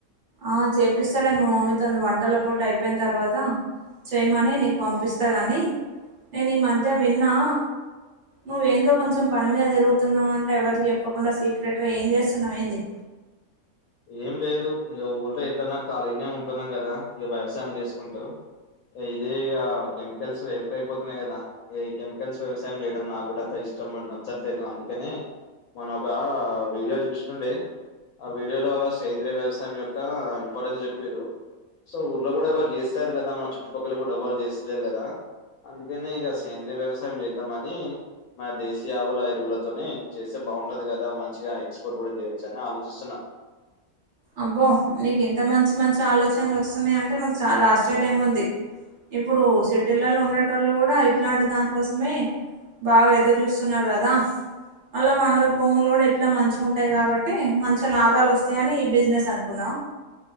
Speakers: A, on the right; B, on the left.
A: ఆ చేపిస్తలే మా మమ్మీతో వంటల పోటీ అయిపోయిన తర్వాత చేయమనీ నీకు పంపిస్త గని నేను ఈ మధ్య విన్నా నువ్వేందో కొంచెం పని మీద తిరుగుతున్నావు అంట ఎవరికి చెప్పకుండ సీక్రెట్ గా ఏం చేస్తున్నావ ఏంది
B: ఏం లేదు ఇగ ఊళ్ళో ఎట్లన్న ఖాళీనే ఉంటున్నాం కద ఇగ వ్యవసాయం చేసుకుంటు ఇదే ఇగ కెమికల్స్ ఎక్కువ అయిపోతున్నాయి కద ఈ కెమికల్స్ వ్యవసాయం చేయడం నా కూడాంత ఇష్ టం నచ్చట్లేదు అందుకని మొన్న ఒక వీడియో చూస్తుండే ఆ వి వీడియో లో సేంద్రియ వ్యవసాయం యొక్క ఇంపార్టెన్స్ చెప్పిర్రు సో ఊర్లో కూడ ఎవరు చేస్తరు కద మన చుట్టుపక్కల కూడ ఎవరు చేస్తలేరు కదా అందుకనే ఇగ సేంద్రీయ వ్యవసాయం చేద్దామని మా దేశీయ ఆవుల ఎరువులతోని చేస్తే బాగుంటది కదా మంచిగా ఎక్స్పోర్ట్ కూడా చేయవచ్చు అని ఆలోచిస్తున్నా
A: అబ్బో నీకు ఇంత మంచి మంచి ఆలోచనలు వస్తున్నాయి అంటే నాక్ చాల ఆశ్చర్యంగా ఉంది ఇప్పుడు సిటీలలో ఉండేటోళ్ళు కూడ ఇట్లాంటి దానికోసమే బాగ ఎదురు చూస్తున్నారు గద అల మనవూరి భూములు కూడా ఎట్లా మంచిగా ఉంటాయి కాబట్టి మంచి లాభాలు వస్తాయని బిజినెస్ అనుకున్నవ